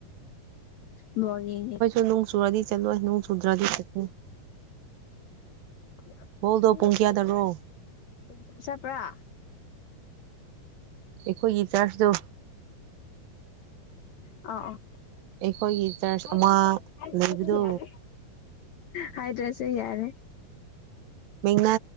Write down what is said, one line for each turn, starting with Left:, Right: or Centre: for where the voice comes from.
Left: ꯅꯣꯛꯅꯤꯡꯉꯦ
Right: ꯏꯃꯨꯡ ꯆꯨꯔꯗꯤ ꯆꯠꯂꯣꯏ ꯅꯣꯡ ꯆꯨꯗ꯭ꯔꯥꯗꯤ ꯆꯠꯅꯤ
Left: <unintelligible>
Right: ꯕꯣꯜꯗꯣ ꯄꯨꯡ ꯀꯌꯥꯗꯔꯣ
Left: ꯆꯠꯄꯔꯥ
Right: ꯑꯩꯈꯣꯏꯒꯤ ꯆꯔꯁꯗꯣ
Left: ꯑ
Right: ꯑꯩꯈꯣꯏꯒꯤ ꯆꯔꯆ
Left: ꯑ <unintelligible>
Right: ꯑꯃ ꯂꯩꯕꯗꯣ
Left: ꯌꯥꯔꯦ ꯍꯥꯏꯗ꯭ꯔꯁꯨ ꯌꯥꯔꯦ
Right: ꯃꯦꯅ